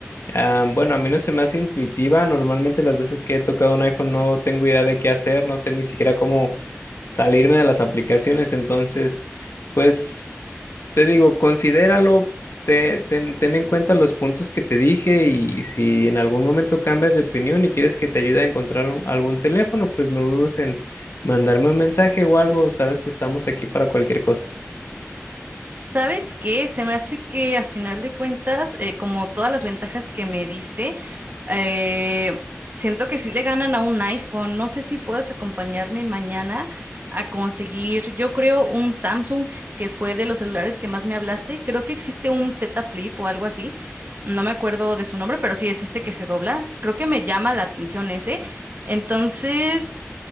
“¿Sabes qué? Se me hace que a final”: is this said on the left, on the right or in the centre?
Right